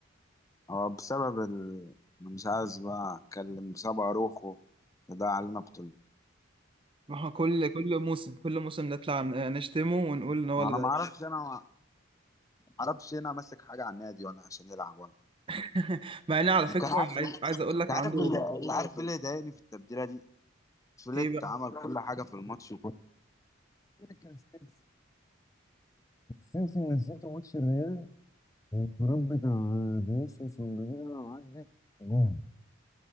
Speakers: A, on the left; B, on the right.
A: هو بسبب ال... أنا مش عايز بقى اتكلم بسبب اروخو ده علينا بطولتين
B: ما هو كل كل موسم كل موسم نطلع ن- نشتمه ونقول ان هو
A: انا
B: اللي
A: ما
B: ضيع
A: اعرفش انا ما اعرفش هنا ماسك حاجه على النادي ولا عشان يلعب ولا
B: <laughs> مع ان على فكرة
A: كان انت
B: عايز عايز اقول لك
A: عارف
B: عنده
A: اللي انت عارف ايه اللي ضايقني في التبديله دي فليك
B: ايه بقى
A: عمل كل حاجه في الماتش وكل كان ستيفن ستيفن نزلته ماتش الريال والانفراد بتاع فينيسيوس ومبابي لو عدت جون